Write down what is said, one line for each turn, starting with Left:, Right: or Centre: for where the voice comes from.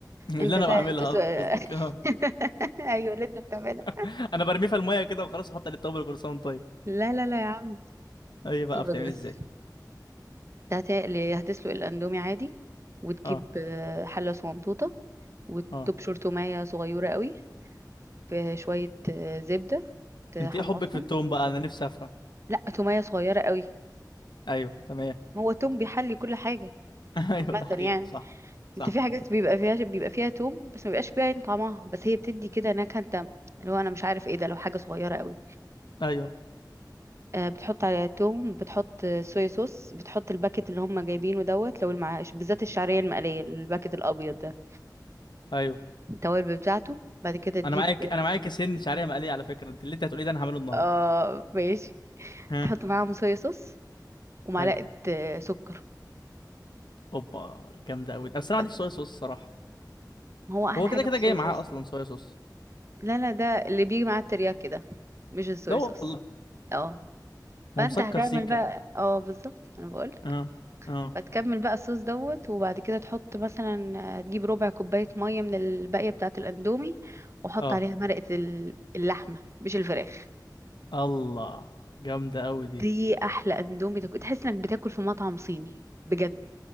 Left: <laughs> اللي
Right: انت
Left: انا
Right: تا-
Left: بعملها
Right: تسلق
Left: قصدك اه
Right: <laughs> ايوه اللي انت بتعملها
Left: <laughs> انا برميه في الميه كده وخلاص احط عليه التوابل كل سنه وأنت طيب
Right: لا لا لا يا عم
Left: ايه بقى
Right: سيبك
Left: بتعملي
Right: بس
Left: ازاي
Right: انت هت- هتسلق الاندومي عادي وتجيب
Left: اه
Right: آه، حلة صغنطوطة وتبشر
Left: اه
Right: تومية صغيرة قوي في شوية آه، زبدة تحمصهم
Left: انت ايه حبك في التوم بقى انا نفسي افهم
Right: لا تومية صغيرة قوي
Left: ايوه تمام
Right: هو توم بيحلي كل حاجة
Left: <laughs> ايوه
Right: عامة
Left: ده حقيقة
Right: يعني
Left: صح صح
Right: انت في حاجات بيبقى فيها بيبقى فيها توم بس ما بيبقاش فيها عين طعمها بس هي بتدي كده نكهة انت اللي هو انا مش عارف ايه ده لو حاجة صغيرة قوي
Left: ايوه
Right: آه بتحط عليها توم بتحط آه، صويا صوص بتحط الباكت اللي هم جايبينه دوت لو المع... بالذات الشعرية المقلية الباكت الابيض ده
Left: ايوه
Right: التوابل بتاعته بعد كده تجيب
Left: انا معاك انا معايا كيسين شعريه مقليه على فكره انت اللي انت هتقولي ده انا هعمله النهارده
Right: اه ماشي
Left: ها
Right: تحط معاهم صويا صوص ومعلقة
Left: حلو
Right: آه، سكر
Left: اوبا جامده قوي بس انا
Right: بس
Left: ما عنديش صويا صوص صراحه
Right: ما هو احلى
Left: هو كده
Right: حاجة
Left: كده
Right: بالصويا
Left: جاي معاه
Right: صوص
Left: اصلا صويا صوص
Right: لا لا ده اللي بيجي مع الترياكي ده مش الصويا
Left: لا والله
Right: صوص اه
Left: ما
Right: فانت
Left: هو مسكر
Right: هتعمل
Left: سيكا
Right: بقى اه بالظبط انا بقولك
Left: اه اه
Right: فتكمل بقى الصوص دوت وبعد كده تحط مثلا آه، تجيب ربع كوباية مية من الباقية بتاعة الاندومي وحط
Left: اه
Right: عليها مرقة ال- اللحمة مش الفراخ
Left: الله جامده قوي دي
Right: دي احلى اندومي تاكل تحس انك بتاكل في مطعم صيني بجد